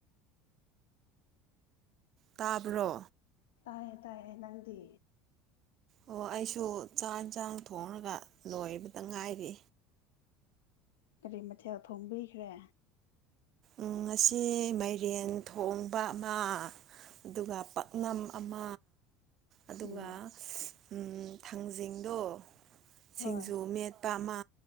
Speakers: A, on the right; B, on the left.
A: ꯇꯥꯕ꯭ꯔꯣ
B: ꯇꯥꯏꯌꯦ ꯇꯥꯏꯌꯦ ꯅꯪꯗꯤ
A: ꯑꯣ ꯑꯩꯁꯨ ꯆꯥꯛ ꯏꯟꯁꯥꯡ ꯊꯣꯡꯔꯒ ꯂꯣꯏꯕꯗ ꯉꯥꯏꯔꯤ
B: ꯀꯔꯤ ꯃꯊꯦꯜ ꯊꯣꯡꯕꯤꯈ꯭ꯔꯦ
A: ꯎꯝ ꯉꯁꯤ ꯃꯥꯏꯔꯦꯟ ꯊꯣꯡꯕ ꯑꯃ ꯑꯗꯨꯒ ꯄꯥꯛꯅꯝ ꯑꯃ ꯑꯗꯨꯒ
B: ꯎꯝ
A: ꯎꯝ ꯊꯥꯡꯖꯤꯡꯗꯣ
B: ꯍꯣꯏ
A: ꯁꯤꯡꯖꯨ ꯃꯦꯠꯄ ꯑꯃ